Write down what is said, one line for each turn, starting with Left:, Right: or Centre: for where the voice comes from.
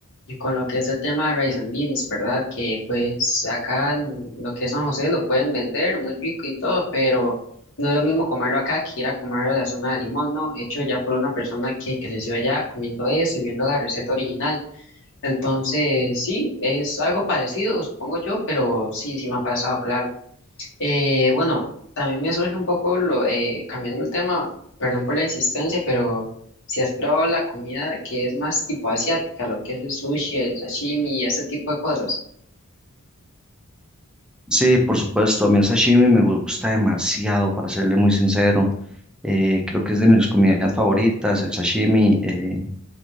Left: Y con lo que es el tema de rice and beans, ¿verdad? Que pues acá en lo que es San José lo pueden vender muy rico y todo, pero no es lo mismo comerlo acá que ir a comerlo a la zona de Limón, ¿no? Hecho ya por una persona que creció allá comiendo eso y viendo la receta original. Entonces, sí, es algo parecido, supongo yo, pero sí, sí me ha pasado, claro. Eh, bueno, también me surge un poco lo, eh, cambiando el tema, perdón por la insistencia, pero si has probado la comida que es más tipo asiática, lo que es el sushi, el sashimi y ese tipo de cosas.
Centre: Sí, por supuesto, a mí el sashimi me gusta demasiado, para serle muy sincero. Eh, creo que es de mis comidas favoritas, el sashimi. eh,